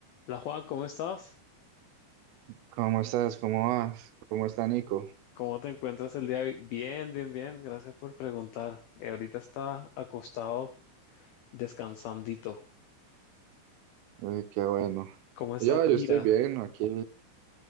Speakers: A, on the left; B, on the right.
A: Hola Juan, ¿cómo estás?
B: ¿Cómo estás? ¿Cómo vas? ¿Cómo está Nico?
A: ¿Cómo te encuentras el día de hoy? Bien, bien, bien. Gracias por preguntar. Eh, Ahorita está acostado descansandito.
B: Eh, qué bueno.
A: ¿Cómo está
B: Yo,
A: Kira?
B: yo estoy bien, aquí